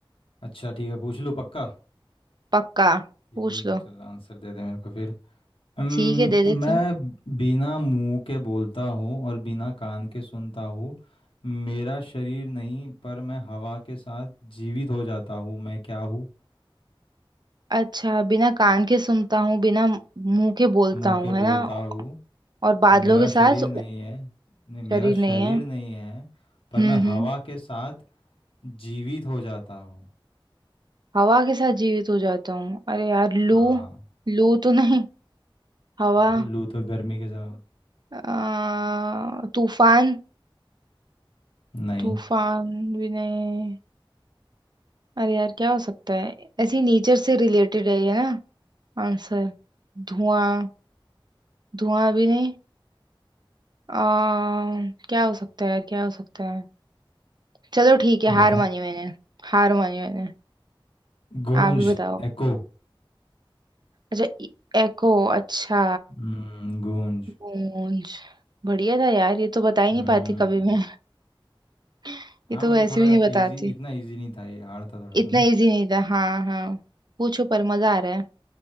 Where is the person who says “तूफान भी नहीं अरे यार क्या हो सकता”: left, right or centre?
Right